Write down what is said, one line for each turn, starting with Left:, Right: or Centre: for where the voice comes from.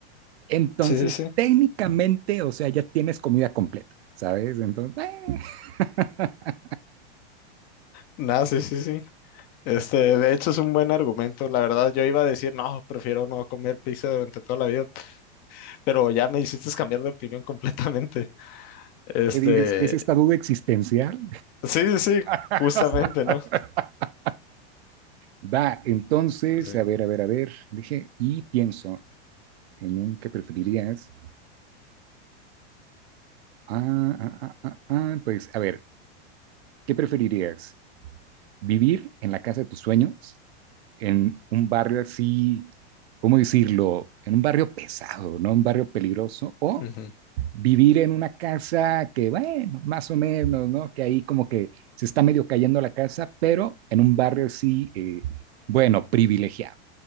Right: Entonces,
Left: Sí, sí, sí.
Right: técnicamente, o sea, ya tienes comida completa, ¿sabes? Entonces, <laughs> eh,
Left: Nada, sí, sí, sí. Este, de hecho es un buen argumento. La verdad, yo iba a decir, no, prefiero no comer pizza durante toda la vida, pero ya me hiciste cambiar de opinión <laughs> completamente. Este,
Right: ¿qué dices? ¿Es esta duda existencial?
Left: sí, sí, sí,
Right: <laughs>
Left: justamente, ¿no?
Right: Va, entonces,
Left: Sí.
Right: a ver, a ver, a ver, dije, y pienso en un que preferirías. Ah, ah, ah, ah, ah, pues, a ver, ¿qué preferirías? ¿Vivir en la casa de tus sueños en un barrio así, ¿cómo decirlo? En un barrio pesado, ¿no? Un barrio peligroso, o
Left: Ujú.
Right: vivir en una casa que, bueno, más o menos, ¿no? Que ahí como que se está medio cayendo la casa, pero en un barrio así, eh, bueno, privilegiado,